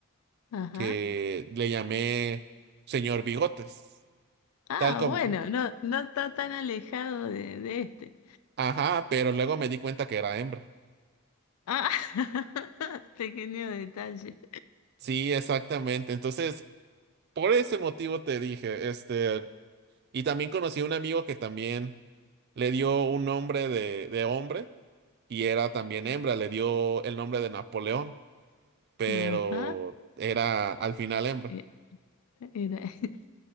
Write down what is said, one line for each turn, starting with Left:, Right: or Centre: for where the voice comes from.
Left: Ajá.
Right: que le llamé señor Bigotes.
Left: Ah,
Right: Tal como.
Left: bueno, no, no está tan alejado de, de este.
Right: Ajá, pero luego me di cuenta que era hembra.
Left: Ah, <laughs> pequeño detalle.
Right: Sí, exactamente. Entonces, por ese motivo te dije, este, y también conocí a un amigo que también le dio un nombre de, de hombre y era también hembra, le dio el nombre de Napoleón, pero
Left: Ajá.
Right: era al final hembra.
Left: Eh, era- <laughs>